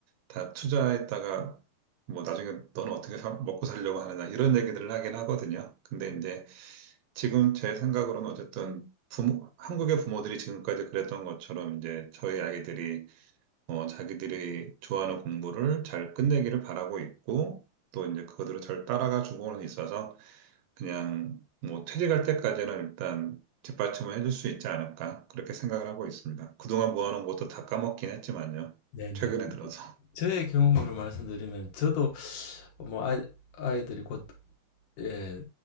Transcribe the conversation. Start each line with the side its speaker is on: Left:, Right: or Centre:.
Right: 다 투자했다가 뭐 나중에 너는 어떻게 사- 먹고 살려고 하느냐. 이런 얘기들을 하긴 하거든요. 근데 이제 지금 제 생각으로는 어쨌든 부모, 한국의 부모들이 지금까지 그랬던 것처럼 이제 저희 아이들이 어, 자기들이 좋아하는 공부를 잘 끝내기를 바라고 있고, 또 이제 그거대로 잘 따라가 주고는 있어서, 그냥 뭐 퇴직할 때까지는 일단 뒷받침을 해줄 수 있지 않을까, 그렇게 생각을 하고 있습니다. 그동안 모아놓은 것도 다 까먹긴 했지만요.
Left: 네네.
Right: 최근에 들어서.
Left: 저의 경험으로 말씀드리면 저도 뭐 아, 아이들이 곧 예,